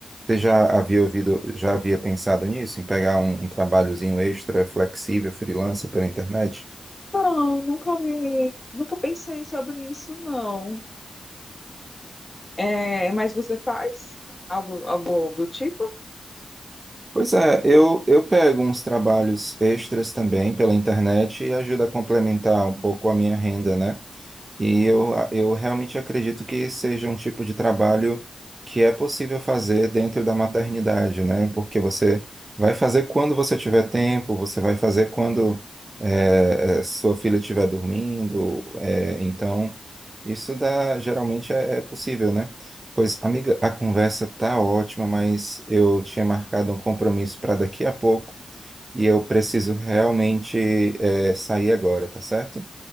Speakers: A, on the right; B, on the left.
A: Você já havia ouvido, já havia pensado nisso, em pegar um, um trabalhozinho extra, flexível, freelancer pela internet?
B: Não, nunca vi, nunca pensei sobre isso, não. É, mas você faz algo, algo do tipo?
A: Pois é, eu, eu pego uns trabalhos extras também pela internet e ajuda a complementar um pouco a minha renda, né? E eu, eu realmente acredito que seja um tipo de trabalho que é possível fazer dentro da maternidade, né? Porque você vai fazer quando você tiver tempo, você vai fazer quando eh, eh, sua filha estiver dormindo. eh, então, isso dá, geralmente é, é possível, né? Pois, amiga, a conversa tá ótima, mas eu tinha marcado um compromisso para daqui a pouco e eu preciso realmente eh, sair agora, tá certo?